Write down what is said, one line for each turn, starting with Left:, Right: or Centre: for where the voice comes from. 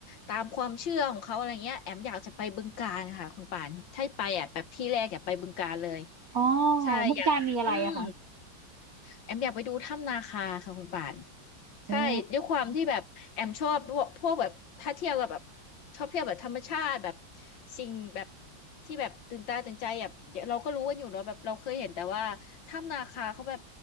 Left: ตามความเชื่อของเขาอะไรเงี้ยแอมอยากจะไปบึงกาฬค่ะคุณป่านถ้าไปอ่ะแบบที่แรกอยากไปบึงกาฬเลย
Right: อ๋อ
Left: ใช่อยากอืม
Right: เมืองการมีอะไรอะคะ
Left: แอมอยากไปดูถ้ำนาคาค่ะคุณป่าน
Right: โอ้
Left: ใช่ด้วยความที่แบบแอมชอบพวกพวกแบบถ้าเที่ยวกับแบบชอบเที่ยวแบบธรรมชาติแบบสิ่งแบบที่แบบตื่นตาตื่นใจแบบเราก็รู้กันอยู่เนาะแบบเราเคยเห็นแต่ว่าถ้ำนาคาเขาแบบ